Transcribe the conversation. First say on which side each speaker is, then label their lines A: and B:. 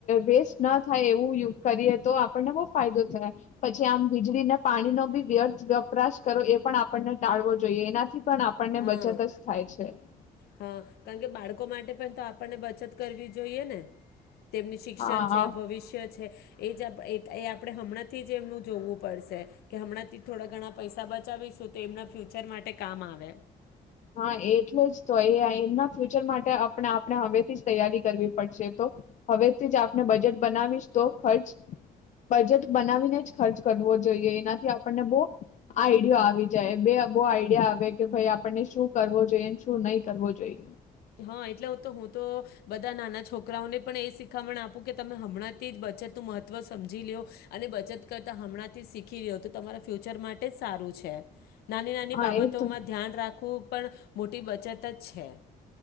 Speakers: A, on the left (about 50°); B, on the left (about 85°).
A: વેસ્ટ ન થાય એવું કરીએ તો આપણને બહુ ફાયદો થાય, પછી આમ વીજળી ને પાણી નો બી વ્યર્થ વપરાશ કરો એ પણ આપણને ટાળવો જોઈએ, એનાથી પણ આપણને
B: હા
A: બચત <unintelligible>
B: હા, કારણકે બાળકો માટે પણ તો આપણને બચત કરવી જોઈએ ને? તેમની શિક્ષણ
A: હા
B: છે, ભવિષ્ય છે, એજ આપણે હમણાંથી જ એમનું જોવું પડશે કે હમણાંથી થોડા ઘણા પૈસા બચાવીશું તો એમના ફ્યુચર માટે કામ આવે
A: હા, એટલેજ તો એ એમના ફ્યુચર માટે આપણે આપણે હવેથી જ તૈયારી કરવી પડશે, તો હવેથી જ આપણે બજેટ બનાવીશ તો ખર્ચ બજેટ બનાવીને જ ખર્ચ કરવો જોઈએ, એનાથી આપણને બહ આઈડયો આવી જાય. બે અહ બો આઈડિયા આવે કે ભાઈ શું કરવો જોઈએ ને શું નઈ કરવો જોઈએ.
B: હા, એટલે તો હું તો બધા નાના છોકરાઓને પણ એ શીખામણ આપું કે તમે હમણાંથી જ બચતનું મહત્વ સમજી લો્યો અને બચત કરતા હમણાંથી જ શીખી લો, તો તમારા ફ્યુચર માટે જ સારું છે. નાની નાની
A: હા
B: બાબતોમાં
A: એ તો
B: ધ્યાન રાખવું પણ મોટી બચતજ છે.